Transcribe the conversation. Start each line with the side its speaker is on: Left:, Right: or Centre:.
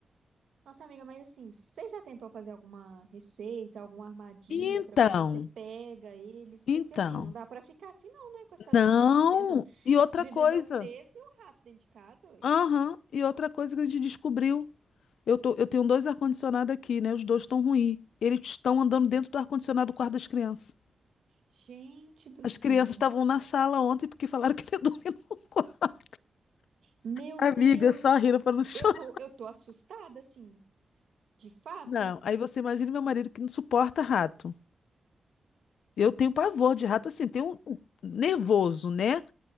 Right: Nossa, amiga, mas assim, você já tentou fazer alguma receita, alguma armadilha
Left: Então,
Right: pra ver se você pega eles?
Left: então,
Right: Porque assim, não dá pra ficar assim não, né, com essa
Left: não.
Right: vida vivendo, <laughs>
Left: E outra
Right: vivendo
Left: coisa,
Right: vocês e o rato dentro de casa, ué.
Left: aham, e outra coisa que a gente descobriu, eu tô, eu tenho dois ar-condicionado aqui, né? Os dois estão ruins. Eles estão andando dentro do ar-condicionado do quarto das crianças.
Right: Gente do
Left: As
Right: céu.
Left: crianças estavam na sala ontem porque falaram que ele <laughs> dormia no quarto.
Right: Meu
Left: Amiga,
Right: Deus.
Left: só rindo para não chorar.
Right: Eu tô, eu tô assustada, assim, de fato.
Left: Não, aí você imagina meu marido que não suporta rato. Eu tenho pavor de rato, assim, tenho um nervoso, né?